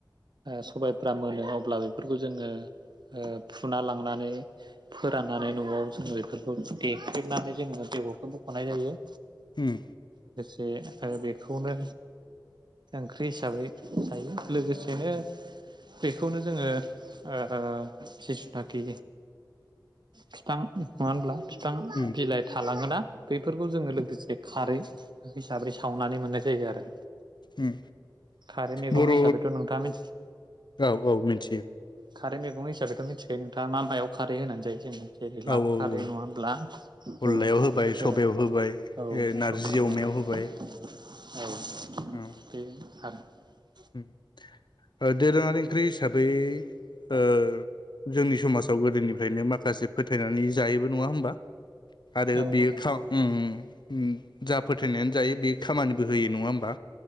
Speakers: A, on the right (about 65°); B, on the left (about 70°).
A: ओ सबायफ्रा मोनो अब्ला बेफोरखौ जोङो ओ फुना लांनानै फोराननानै न'आव जोङो बेफोरखौ देख्रेबनानै जोङो बेगरखौ बखनाय जायो
B: ओम।
A: बे बेखौनो ओंख्रि हिसाबै जायो लोगोसेनो बेखौनो जोङो ओ जिसुथाखि फिथां नङा होनब्ला फि फां
B: उम
A: बिलाइ थालाङोना बैफोरखौ जोङो लोगोसे खारै हिसाब्रै सावनानै मोननाय जायो आरो
B: उम
A: खारै मैगं
B: बर'
A: हिसाबैथ नोंथाङा मिथि
B: औ औ मिथियो।
A: खारै मैगं हिसाबै थ' मिथिखायो नोंथाङा मा मायाव खारो होननानै जायो जोङो जेरै लाफा
B: औ औ औ
A: खारै नङा होनब्ला
B: अनलायाव
A: औ
B: होबाय,
A: बेफोर
B: सबायाव होबाय,
A: आरो औ
B: ओ नारजि
A: सबायबाय
B: अमायाव होबाय
A: औ। बेनो
B: औ
A: आरो
B: उम ओ दोरोङारि ओंख्रि हिसाबै बै ओ जोंनि समाजाव गोदोनिफ्रायनो माखासे फोथायनानै जायोबो नङा होमबा? बे आरो
A: औ
B: बियो फां उम उम। उम जा फोथायनाय जायो बेयो खामानिबो होयो नङा होनबा।